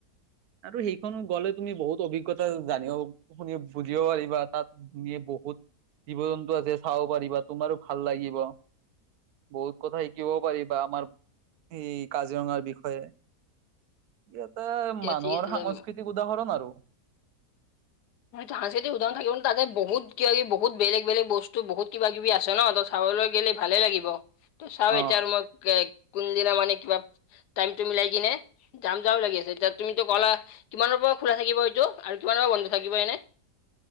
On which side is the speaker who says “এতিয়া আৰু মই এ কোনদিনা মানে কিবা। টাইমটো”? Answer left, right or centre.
Left